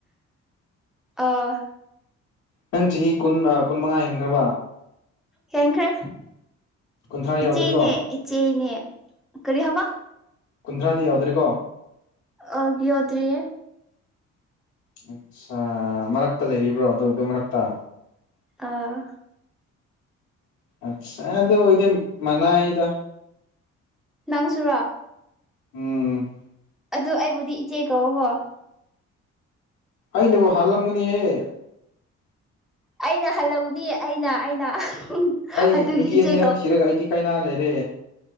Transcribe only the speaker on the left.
ꯅꯪ ꯆꯍꯤ ꯀꯨꯟ ꯀꯨꯟ ꯃꯉꯥ ꯍꯦꯟꯈ꯭ꯔꯕ
ꯀꯨꯟꯊ꯭ꯔꯥ
ꯌꯥꯎꯗ꯭ꯔꯤꯀꯣ
ꯀꯨꯟꯊ꯭ꯔꯥꯗꯤ ꯌꯥꯎꯗ꯭ꯔꯤꯀꯣ
ꯑꯠꯆꯥ ꯃꯔꯛꯇ ꯂꯩꯔꯤꯕ꯭ꯔꯣ ꯑꯗꯨ ꯑꯗꯨ ꯃꯔꯛꯇ
ꯑꯆꯥ ꯑꯗ ꯏꯗꯤ ꯃꯅꯥꯏꯗ
ꯎꯝ
ꯑꯩꯅꯦꯕꯣ ꯍꯜꯂꯝꯒꯅꯤꯍꯦ
ꯑꯩ
ꯅꯨꯄꯤ
ꯑꯅꯤꯔꯛ ꯊꯤꯔꯒ ꯑꯩꯗꯤ ꯀꯥꯏꯅꯥ ꯂꯩꯔꯦ